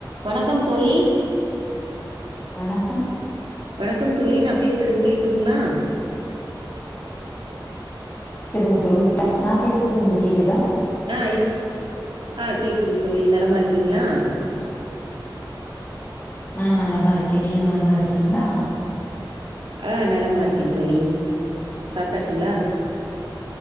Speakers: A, on the right (about 75°); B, on the left (about 25°).
A: வணக்கம் தோழி
B: வணக்கம்
A: வணக்கம் தோழி நா பேசுறது கேக்குதுங்களா
B: க்குதுங்க தோழி நா பேசுறது உங்களுக்கு கேக்குதா
A: ஆ இப் ஆ கேக்குது தோழி நலமா இருக்கீங்களா
B: நா நலமா இருக்கே நீங்க நலமா இருக்கீங்களா
A: ஆ நலமா இருக்கே தோழி சாப்ட்டாச்சுங்களா